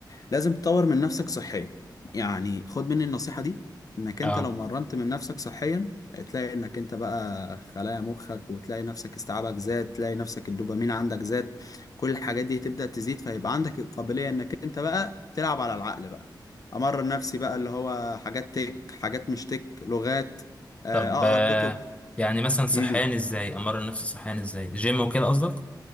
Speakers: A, on the left; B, on the left.
A: لازم تطور من نفسك صحيا يعني خد مني النصيحه دي انك انت
B: اه
A: لو مرنت من نفسك صحيا هتلاقي انك انت بقى خلايا مخك وتلاقي نفسك استيعابك زاد تلاقي نفسك الدوبامين عندك زاد كل الحاجات دي تبدا تزيد فيبقى عندك القابليه انك انت بقى تلعب على العقل بقى امرن نفسي بقى اللي هو حاجات تك حاجات مش تك لغات آه،
B: طب
A: اقرا
B: آه،
A: كتب
B: يعني مثلا صحيان
A: امم
B: ازاي امرن نفسي صحيان ازاي جيم وكده قصدك